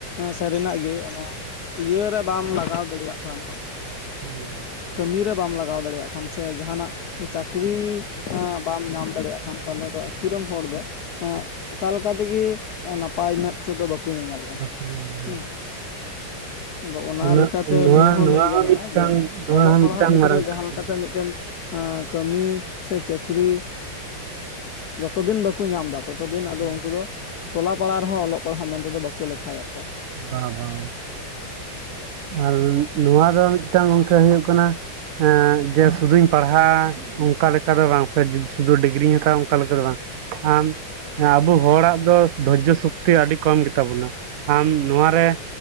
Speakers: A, on the left; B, on the right.
A: ᱥᱟᱹᱨᱤᱱᱟᱜ ᱜᱮ ᱚᱱᱟ ᱤᱭᱟᱹ ᱨᱮ ᱵᱟᱢ ᱞᱟᱜᱟᱣ ᱫᱟᱲᱮᱭᱟᱜ ᱠᱷᱟᱱ
B: <inaudible>
A: ᱠᱟᱹᱢᱤ ᱨᱮ ᱵᱟᱢ ᱞᱟᱜᱟᱣ ᱫᱟᱲᱮᱭᱟᱜ ᱠᱷᱟᱱ ᱥᱮ ᱡᱟᱦᱟᱱᱟᱜ ᱪᱟᱹᱠᱨᱤ ᱟᱸ ᱵᱟᱢ ᱧᱟᱢ ᱫᱟᱲᱮᱭᱟᱜ ᱠᱟᱱ ᱛᱟᱦᱞᱮ ᱫᱚ ᱟᱛᱩ ᱨᱮᱱ ᱦᱚᱲ ᱫᱚ ᱟᱸ ᱚᱠᱟ ᱞᱮᱠᱟ ᱛᱮᱜᱮ ᱱᱟᱯᱟᱭ ᱱᱟᱯᱟᱭ ᱢᱮᱫ ᱛᱮᱫᱚ ᱵᱟᱠᱚ ᱧᱮᱧᱮᱞ
B: ᱦᱳᱭ
A: ᱠᱟᱱᱟ
B: ᱦᱳᱭ
A: ᱦᱩᱸ ᱟᱫᱚ ᱚᱱᱟ
B: ᱩᱱᱟᱹᱜ
A: ᱞᱮᱠᱟᱛᱮ
B: ᱱᱚᱣᱟ
A: ᱱᱤᱭᱟᱹ ᱦᱚᱸ
B: ᱱᱚᱣᱟ
A: ᱞᱟᱹᱭ ᱜᱟᱱᱚᱜᱼᱟ
B: ᱢᱤᱫᱴᱟᱝ
A: ᱡᱮ
B: ᱱᱚᱣᱟ
A: ᱚᱞᱚᱜ
B: ᱦᱚᱸ
A: ᱯᱟᱲᱦᱟᱜ
B: ᱢᱤᱫᱴᱟᱝ
A: ᱜᱤᱫᱽᱨᱟᱹ
B: ᱢᱟᱨᱟᱝ
A: ᱡᱟᱦᱟᱸ ᱞᱮᱠᱟᱛᱮ
B: ᱦᱩᱸ
A: ᱢᱤᱫ ᱢᱤᱫᱴᱮᱱ ᱠᱟᱹᱢᱤ ᱥᱮ ᱪᱟᱹᱠᱨᱤ ᱡᱚᱛᱚ ᱫᱤᱱ ᱵᱟᱠᱚ ᱧᱟᱢ ᱮᱫᱟ ᱛᱚᱛᱚ ᱫᱤᱱ ᱟᱫᱚ
B: ᱦᱩᱸ
A: ᱩᱱᱠᱩ ᱫᱚ ᱴᱚᱞᱟ ᱯᱟᱲᱟ ᱨᱮᱦᱚᱸ ᱚᱞᱚᱜ ᱯᱟᱲᱦᱟᱶ ᱢᱮᱱᱛᱮ ᱫᱚ ᱵᱟᱠᱚ ᱞᱮᱠᱷᱟᱭᱮᱫ ᱠᱚᱣᱟ
B: ᱵᱟ ᱵᱟ ᱟᱨ ᱱᱚᱣᱟ ᱫᱚ ᱢᱤᱫᱴᱟᱝ ᱜᱚᱢᱠᱮ ᱦᱩᱭᱩᱜ ᱠᱟᱱᱟ ᱦᱮᱸ ᱡᱮ ᱥᱩᱫᱩᱧ ᱯᱟᱲᱦᱟᱜ ᱚᱱᱠᱟ ᱞᱮᱠᱟ ᱫᱚ ᱵᱟᱝ ᱥᱮ ᱥᱩᱫᱷᱩ ᱰᱤᱜᱽᱨᱤᱧ ᱦᱟᱛᱟᱣᱟ ᱚᱱᱠᱟ ᱞᱮᱠᱟ ᱫᱚ ᱵᱟᱝ ᱟᱢ ᱦᱮᱸ ᱟᱵᱚ ᱦᱚᱲᱟᱜ ᱫᱚ ᱫᱷᱚᱨᱡᱚ ᱥᱚᱠᱛᱤ ᱟᱹᱰᱤ ᱠᱚᱢ ᱜᱮ ᱛᱟᱵᱚᱱᱟ ᱟᱢ ᱱᱚᱣᱟ ᱨᱮ